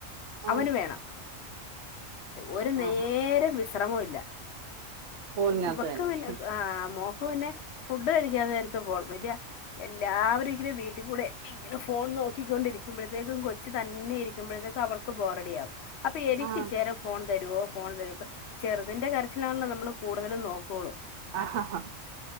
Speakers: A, on the right; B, on the left.
A: ആ
B: അവന് വേണം ഒരു നേര
A: ആ
B: വിശ്രമ ഇല്ല
A: ഫോണിനകത്ത്
B: ഇവക്ക്
A: തന്നെ
B: പിന്നെ ആഹ മോക്ക് പിന്നെ ഫുഡ് കഴിക്കാ നേരത്ത് പോണം പിന്നെ എല്ലാവരും ഇങ്ങനും വീട്ടിൽ കൂടെ ഇങ്ങനെ ഫോൺ നോക്കിക്കൊണ്ടിരിക്കുമ്പോഴത്തേക്കും കൊച്ചു തന്നെ ഇരിക്കുമ്പോഴത്തേക്കും അവൾക്ക് ബോറടി ആകും അപ്പൊ എനിക്ക്
A: ആ
B: ചേര ഫോൺ തരുമോ ഫോൺ തരുമ ഇപ്പം ചെറുതിൻ്റെ കറച്ചിലാണല്ലോ നമ്മൾ കൂടുതല നോക്കള്ളൂ.
A: ആഹാ ഹാ